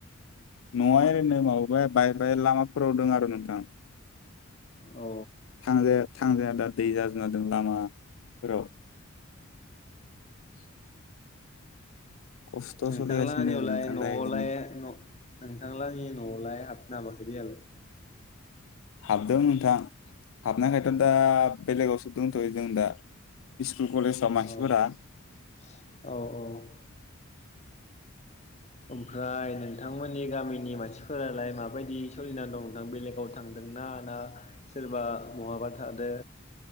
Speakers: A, on the left; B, on the left.
A: न'आ ओरैनो माबाय बाय बाय लामाफोराव दं आरो नोंथां।
B: औ
A: थांजाया थांजाया दा दै जाजोबना दं लामाफोराव <inaudible> खस्थ'
B: नोंथांलाहानियावलाय
A: सोलिगासिनो दोङो नोंथां
B: न'आवलाय
A: दा इदिनो
B: न' नोंथांलाहानि न'आवलाय हाब ना हाबाखै दैयालाय?
A: हाबदों नोंथां हाबनायखायथ' दा बेलेगावसो दोंथ'यो जों दा। इस स्कुल कलेजाव मानसिफोरा
B: अ
A: <inaudible>
B: औ औ ओमफ्राय नोंथांमोननि गामि नि मानसिफोरालाय माबायदि सोलिना दं नोंथां बेलेगाव थांदोंना ना सोरबा बहाबा थादो